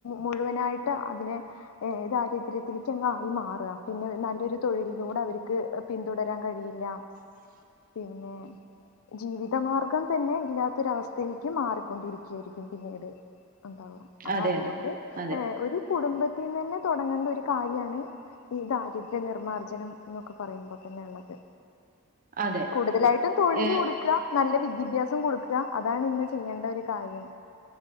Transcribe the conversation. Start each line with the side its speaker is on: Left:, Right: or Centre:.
Left: മുഴുവനായിട്ട് അതിനെ ഏഹ്, ദാരിദ്ര്യത്തിൽ ചെന്ന് ആയി മാറ്. പിന്നെ നല്ലൊരു തൊഴിലിലൂടെ അവര്ക്ക് പിന്തുടരാൻ കഴിയില്ല.
Right: <inaudible>
Left: പിന്നെ ജീവിതമാർഗം തന്നെ ഇല്ലാത്തൊരവസ്ഥയിലേക്ക് മാറിക്കൊണ്ടിരിക്കുകയായിരിക്കും പിന്നീട് ഉണ്ടാവ്. അപ്പൊ
Right: അതെ
Left: അതോണ്ട്
Right: അതെ അതെ
Left: ഏഹ്, ഒരു കുടുംബത്തിൽ നിന്ന് തന്നെ തൊട ങ്ങണ്ട ഒരു കാര്യാണ് ഈ ദാരിദ്ര്യ നിർമാർജ്ജനം എന്നൊക്കെ പറയുമ്പ തന്നെ ഇള്ളത്.
Right: അതെ.
Left: കൂടുതലായിട്ടും തൊഴില്
Right: ഏഹ്
Left: കൊട് ക്ക് നല്ല വിദ്യഭ്യാസം കൊടുക്ക് അതാണ് ഇന്ന് ചെയ്യേണ്ട ഒരു കാര്യം.